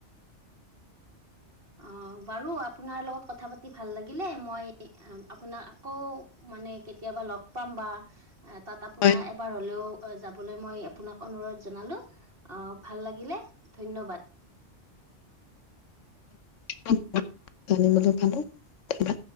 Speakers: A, on the right; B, on the left.
A: অঁ বাৰু আপোনাৰ লগত কথা পাতি ভাল লাগিলে মই অম আপোনাক আকৌ মানে কেতিয়াবা লগ পাম বা আ তাত আপোনা
B: হয়,
A: এবাৰ হলেও অ যাবলৈ মই আপোনাক অনুৰোধ জনালো। অ ভাল লাগিলে ধন্যবাদ।
B: <unintelligible> জানিবলৈ পালো। ধন্যবাদ।